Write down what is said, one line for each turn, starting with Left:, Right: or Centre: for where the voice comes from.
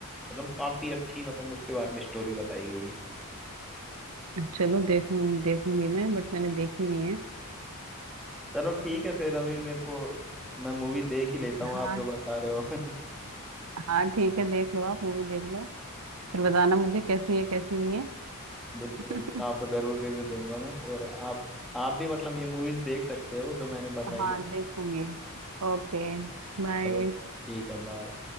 Centre: मतलब काफी अच्छी मतलब उसके बारे में स्टोरी बताई गई है
Right: चलो देखूं देखूंगी मैं बट मैंने देखी नहीं है
Centre: चलो ठीक है फिर अभी मेरे को मैं मूवी देख ही लेता हूँ
Right: हाँ
Centre: आप जो बता रहे हो <laughs>
Right: हाँ ठीक है देख लो आप मूवी देख लो फिर बताना मुझे कैसी है कैसी नहीं है
Centre: बिल्कुल बिल्कुल
Right: <laughs>
Centre: आपको जरूर रिव्यू दूंगा मैं और आप आप भी मतलब ये मूवीज देख सकते हो जो मैंने बताई
Right: हाँ
Centre: है
Right: देखूंगी Okay
Centre: हम्म।
Right: bye
Centre: चलो ठीक है बाय